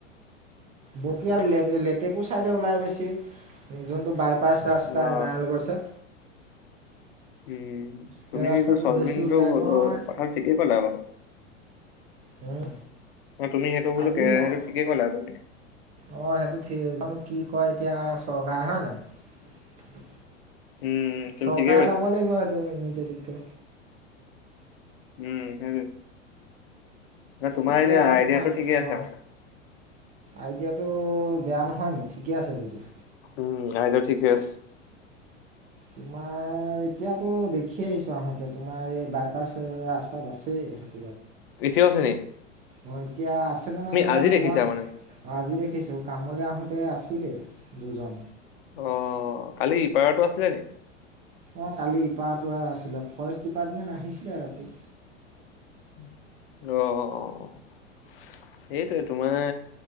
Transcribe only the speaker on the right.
বকিয়াল <unintelligible> তেকো চাইডে ওলাই বেছি, যোনটো বাই পাছ ৰাস্তা
এনাৰেল গৈছে।
সেই ৰাস্তাটোত
বেছি উলিয়াই মই
উম
আজি
মই
অ সেইটো ঠিক জানো কি কয় এতিয়া চৰকাৰে হয় নাই?।
চৰকাৰে
লব লাগিব এইটো <unintelligible> টো।
এতিয়া
তোমাৰ
অ
আইডিয়াটো বেয়া নহয় নি, ঠিকে আছে তেতিয়া।
তোমাৰ এত তিয়াতো দেখি আহিছোঁ আহোঁতে, তোমাৰ এই বাইপাছ এ ৰাস্তাত আছেই।
অ', এতিয়া আছেনে নাই নাজানো
মই,
আজি দেখিছো কামলে আহোঁতে আছ ছিলে, দুজন।
অ', কালি ইপাৰটো আছিলে, ফৰেষ্ট ডিপাৰ্টমেণ্ট আহিছিলে ৰাতি।